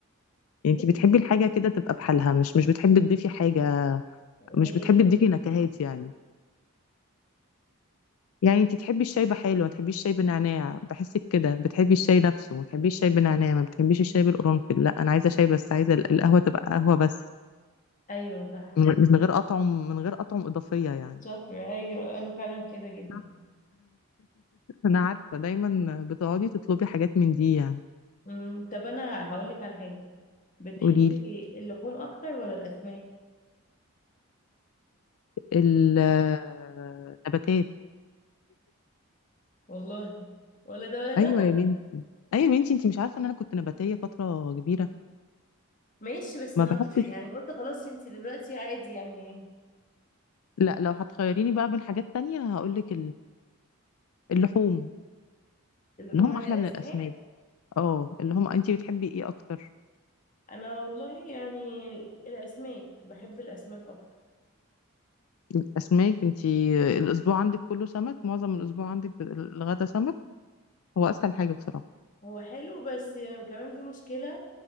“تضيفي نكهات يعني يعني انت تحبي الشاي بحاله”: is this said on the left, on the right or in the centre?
Left